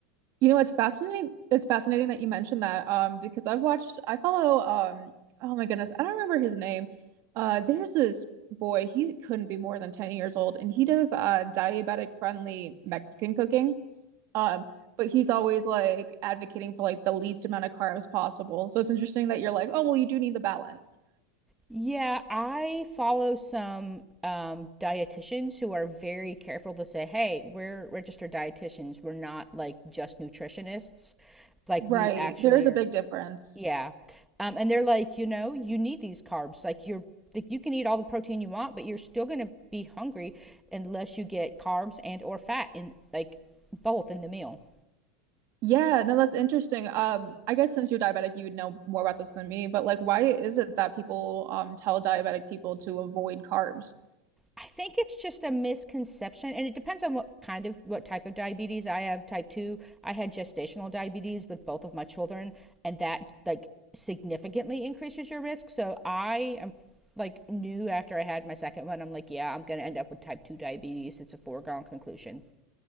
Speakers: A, on the right; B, in the centre.
A: You know, it's fascinating. It's fascinating that you mentioned that, um, because I've watched, I follow, um, oh my goodness, I don't remember his name. Uh, there's this boy, he couldn't be more than 10 years old, and he does uh, diabetic friendly Mexican cooking. Um, but he's always like advocating for like the least amount of carbs possible. So it's interesting that you're like, oh, well, you do need the balance.
B: Yeah, I follow some um, dietitians who are very careful to say, "Hey, we're registered dietitians. We're not like just nutritionists. Like
A: Right.
B: we actually
A: There is
B: are."
A: a big
B: <laughs>
A: difference.
B: Yeah, um, and they're like, you know, you need these carbs. Like you're, like you can eat all the protein you want, but you're still gonna be hungry unless you get carbs and or fat in like both in the meal.
A: Yeah, no, that's interesting. Um, I guess since you're diabetic, you would know more about this than me, but like, why is it that people um tell diabetic people to avoid carbs?
B: I think it's just a misconception, and it depends on what kind of what type of diabetes I have. Type two, I had gestational diabetes with both of my children, and that like significantly increases your risk. So I am like knew after I had my second one, I'm like, yeah, I'm gonna end up with type two diabetes. It's a foregone conclusion.